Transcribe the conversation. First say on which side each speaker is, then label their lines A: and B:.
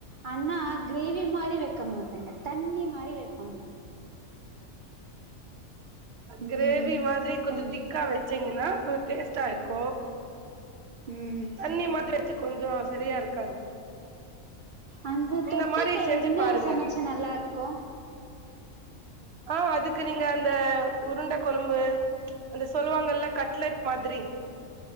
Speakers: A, on the right (about 75°); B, on the right (about 60°).
A: ஆனா கிரேவி மாரி வைக்க மாட்டேங் தண்ணி மாரி வைப்பாங்க
B: கிரேவி
A: ம்
B: மாதிரி கொஞ்சோ
A: ஆமா
B: திக்கா வச்சீங்கன்னா கொஞ்ச டேஸ்டா இருக்கு
A: ம்
B: தண்ணி மாரி வச்சி கொஞ்சோ செரியா இருக்காது
A: அந்த
B: இந்த
A: தொட்டுக்க
B: மாரி செஞ்சு
A: என்ன
B: பாருங்க
A: சமச்சா நல்லா இருக்கு
B: ஆ அதுக்கு நீங்க அந்த உருண்ட கொழம்பு அந்த சொல்லுவாங்கல கட்லெட் மாதிரி